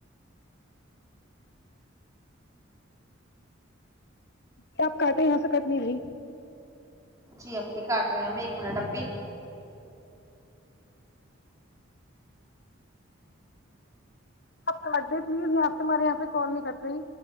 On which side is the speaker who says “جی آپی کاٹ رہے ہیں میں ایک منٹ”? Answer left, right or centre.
Right